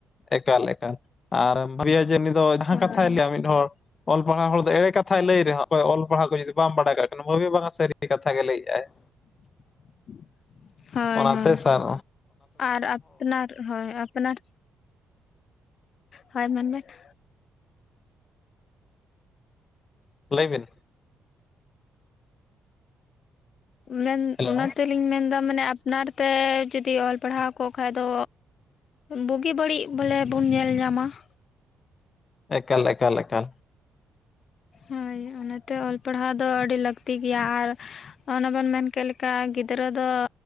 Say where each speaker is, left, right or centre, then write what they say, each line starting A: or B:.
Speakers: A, on the left (about 40°); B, on the left (about 55°).
A: ᱮᱠᱟᱞ ᱮᱠᱟᱞ ᱟᱨᱮᱢ ᱵᱷᱟᱵᱤᱭᱟ ᱡᱮ ᱩᱱᱤ ᱫᱚ ᱡᱟᱦᱟᱸ
B: ᱦᱳᱭ
A: ᱠᱟᱛᱷᱟᱭ ᱞᱟᱹᱭᱟ ᱢᱤᱫ ᱦᱚᱲ ᱚᱞ ᱯᱟᱲᱦᱟᱣ ᱦᱚᱲ ᱫᱚ ᱮᱲᱮ ᱠᱟᱛᱷᱟᱭ ᱞᱟᱹᱭ ᱨᱮᱦᱚᱸ ᱚᱠᱚᱭ ᱚᱞ ᱯᱟᱲᱦᱟᱣ ᱠᱚ ᱡᱩᱫᱤ ᱵᱟᱢ ᱵᱟᱰᱟᱭ ᱠᱟᱜ ᱠᱷᱟᱱ ᱵᱷᱟᱵᱤ ᱵᱟᱝᱟ ᱥᱟᱹᱨᱤ ᱠᱟᱛᱷᱟ ᱜᱮ ᱞᱟᱹᱭᱮᱜᱼᱟᱭ᱾ <inaudible>
B: <inaudible> ᱦᱳᱭ
A: ᱚᱱᱟᱛᱮ
B: ᱦᱳᱭ
A: ᱥᱟᱨ
B: ᱟᱨ ᱟᱯᱱᱟᱨ ᱦᱳᱭ ᱟᱯᱱᱟᱨ ᱦᱳᱭ ᱢᱮᱱ ᱢᱮ ᱾
A: ᱞᱟᱹᱭ ᱵᱤᱱ ᱾
B: ᱢᱮᱱ
A: ᱦᱮᱞᱳ
B: ᱚᱱᱟ ᱛᱮᱞᱤᱧ ᱢᱮᱱᱫᱟ ᱢᱟᱱᱮ ᱟᱯᱱᱟᱨ ᱛᱮ ᱡᱩᱫᱤ ᱚᱞ ᱯᱟᱲᱦᱟᱣ ᱠᱚᱜ ᱠᱷᱟᱡ ᱫᱚ, ᱵᱩᱜᱤ ᱵᱟᱹᱲᱤᱡ ᱵᱚᱞᱮ ᱵᱚᱱ ᱧᱮᱞ ᱧᱟᱢᱟ ᱾
A: ᱮᱠᱟᱞ ᱮᱠᱟᱞ ᱮᱠᱟᱞ ᱾
B: ᱦᱳᱭ, ᱚᱱᱟᱛᱮ ᱚᱞ ᱯᱟᱲᱦᱟᱣ ᱫᱚ ᱟᱹᱰᱤ ᱞᱟᱹᱠᱛᱤ ᱜᱮᱭᱟ ᱟᱨ ᱚᱱᱮ ᱵᱮᱱ ᱢᱮᱱᱠᱮᱫ ᱞᱮᱠᱟ ᱜᱤᱫᱽᱨᱟᱹ ᱫᱚ,